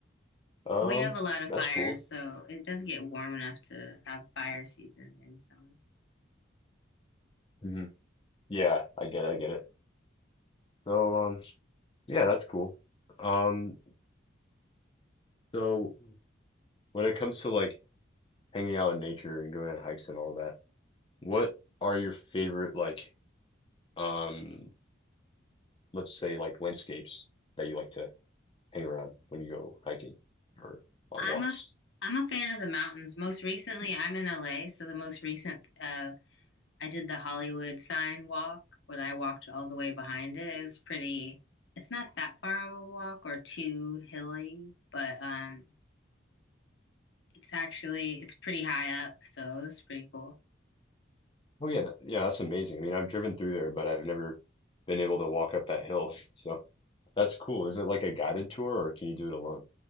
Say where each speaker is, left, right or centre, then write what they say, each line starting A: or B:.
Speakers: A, on the left (about 25°); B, on the left (about 70°).
A: Um,
B: But we have a lot of
A: that's
B: fires,
A: cool.
B: so it doesn't get warm enough to have fire season in summer.
A: hmm Yeah, I get it, I get it. So um yeah, that's cool. Um so when it comes to like hanging out in nature and going on hikes and all that, what are your favorite like um let's say like landscapes that you like to hang around when you go hiking or on
B: I'm
A: walks?
B: a I'm a fan of the mountains. Most recently, I'm in LA, so the most recent uh, I did the Hollywood sign walk, when I walked all the way behind it. It was pretty. It's not that far of a walk or too hilly, but um, it's actually it's pretty high up, so it's pretty cool.
A: Oh yeah, that, yeah, that's amazing. I mean, I've driven through there, but I've never been able to walk up that hill. <laughs> So that's cool. Is it like a guided tour or can you do it alone?